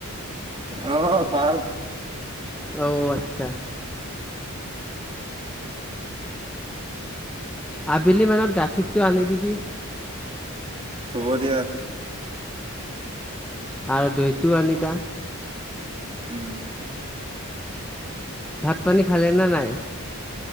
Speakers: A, on the right (about 25°); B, in the centre.
A: অঁ ভাল।
B: অও' আৎচ্ছা। আবেলি মানত গাখীৰটো আনি দিবি।
A: হ'ব দিয়া।
B: আৰু দৈটো আনিবা।
A: উম
B: ভাত পানী খালেনে নাই?